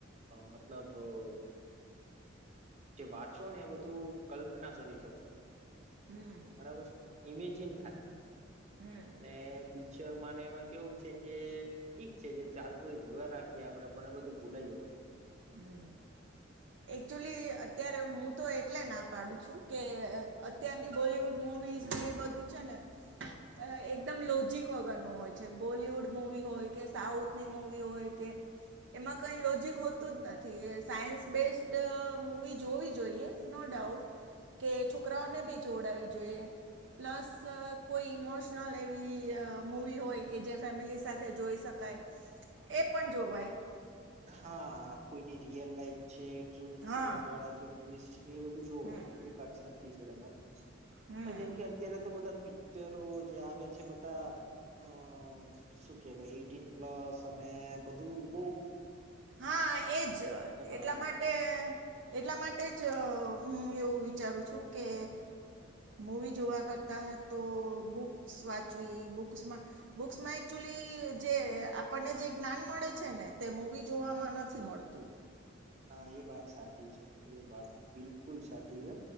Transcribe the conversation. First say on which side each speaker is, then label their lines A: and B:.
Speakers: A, on the right (about 35°); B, on the right (about 65°).
A: મતલબ લભ જે વાંચો ને એ બધું કલ્પના કરી શકો
B: હમ
A: બરાબર ઇમેજિન થાય
B: હમ
A: અને મને એમાં કેવું છે કે ઠીક છે જે ચાલતું હેવા રાખીએ આપડે પણ બધું ભૂલાઈએ <inaudible>
B: હમ એકચુલી અત્યારે હું તો એટલે ના પાડું છું કે અત્યારની બોલીિવુડ મુવીઝ ને એ બધું છે ને અ એકદમ લોજક વગરનું હોય છે બોલિવુડ મવી હોય કે સાઉથની મુવી હોય કે એમાં કઈ લોજીક હોતું જ નથી એ સાયન્સ બેઝ દ મુવી જોવી જોઈએ નો ડાઉટ કે છોકરાઓને બી જોડાવી જોઈએ પ્લસ કોઈ ઇમોશનલ એવી મુવી હોય કે જે ફેમિલી સાથે જોઈ શક કાય એ પણ જોવાય
A: હા કોઈની રિયલ લાઈફ છે ટ્રૂ ઇન્સિડેન્ટ
B: હા
A: વાળા જે મુવીઝ છે એ બધું જોવાનું
B: હમ
A: એ વાત સાચી છે તમારે
B: હમ
A: પણ જેમ કે અત્યારે તો બધા પિક્ચરો જે આવે છે બધા અ શું કે ભાઈ એટીન પ્લસ અને બધું બોવ
B: હા એજ એટલા
A: આવે
B: માટે
A: છે.
B: એટલા માટે જ હું એવું વિચારું છું કે મુવી જોવા કરતા તો બુક્સ વાંચવી બુક્સમાં બુક્સમાં એકચુલી જે આપણને જે જ્ઞાન મળે છે ને તે મુવી જોવાવામાં નથી મળતું
A: હા એ વાત સાચી છે એ વાત બિલકુલ સાચી છે